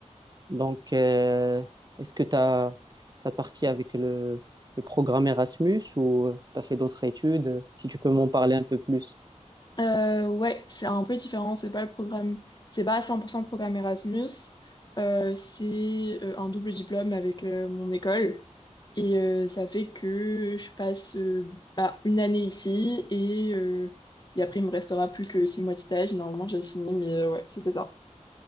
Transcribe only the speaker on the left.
Euh, ouais, c'est un peu différent, c'est pas le programme, c'est pas à 100% programme Erasmus, euh, c'est euh, un double diplôme avec euh, mon école. Et euh, ça fait que je passe euh, bah, une année ici et, euh, et après il me restera plus que six mois de stage. Et Normalement j'ai fini, mais euh, ouais, c'était ça.